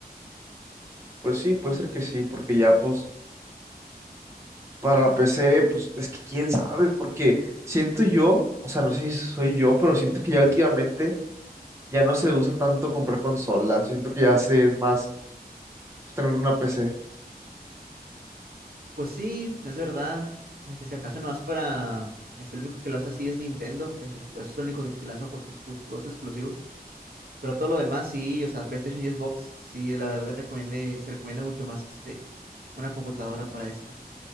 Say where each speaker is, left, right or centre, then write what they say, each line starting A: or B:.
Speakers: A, on the right; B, on the right.
A: Pues sí, puede ser que sí, porque ya pues para la PC, pues es que quién sabe, porque siento yo, o sea, no sé si soy yo, pero siento que ya últimamente ya no se usa tanto comprar consolas, siento que ya se es más pues, tener una PC.
B: Pues sí, es verdad. Este, si acaso nomás para, este, el único que lo hace así es Nintendo, que es, es el único que, que lanza ju- sus sus juegos exclusivos. Pero todo lo demás sí, o sea, PlayStation y Xbox, sí, la verdad recomiende, se recomienda mucho más este, una computadora para eso.